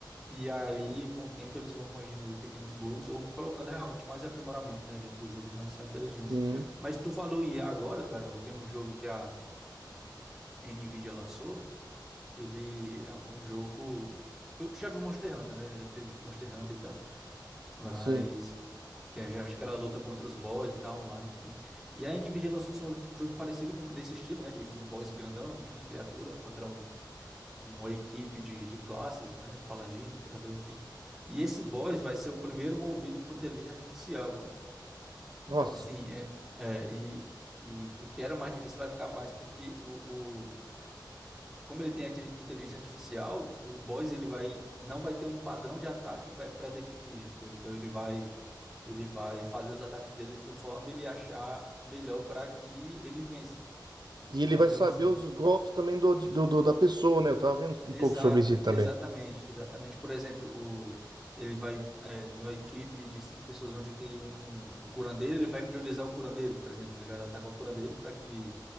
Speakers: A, in the centre; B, on the right (about 65°).
A: E aí, com o tempo, eles vão corrigindo ali pequenos bugs ou colocando realmente mais aprimoramento, né, dentro do jogo em relação à inteligência.
B: sim,
A: Mas tu falou IA agora, cara, eu tenho um jogo que a NVIDIA lançou Que ele é um é um jogo. Tu, tu já viu Monster Hunter, né? Já deve ter visto Monster Hunter e tal. Mas.
B: sim.
A: Que é geralmente aquela luta contra os boss e tal, online, enfim. E a Nvidia lançou um jogo parecido com, nesse estilo, né? De, de um boss grandão, enfim, criatura, contra um, uma equipe de, de classes, né? Paladino, curador, enfim. E esse boss vai ser o primeiro movido por inteligência artificial, cara. Então,
B: Nossa.
A: assim, é, é, e, e o que era mais difícil vai ficar mais, porque o, como ele tem a inte- inteligência artificial, o boss ele vai não vai ter um padrão de ataque pré- pré-definido, entendeu? Então ele vai ele vai fazer os ataques dele conforme ele achar melhor para que ele vença,
B: E ele
A: né?
B: vai
A: Então
B: saber
A: assim,
B: os golpes também do, do, do- da pessoa, né? Eu tava vendo um
A: exato,
B: pouco sobre isso também.
A: exatamente, exatamente. Por exemplo, o ele vai é, numa equipe de cinco pessoas onde tem um, um um curandeiro, ele vai priorizar o curandeiro, por exemplo, tá ligado? Atacar o curandeiro para que